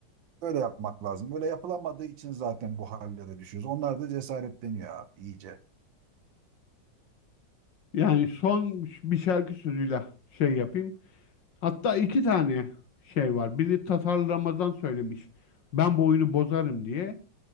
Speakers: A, on the right (about 85°); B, on the left (about 75°).
A: Öyle yapmak lazım. Öyle yapılamadığı için zaten bu hallere düşüyoruz. Onlar da cesaretleniyor abi iyice.
B: Yani son bir şarkı sözüyle şey yapayım. Hatta iki tane şey var. Biri Tatar Ramazan söylemiş. Ben bu oyunu bozarım diye.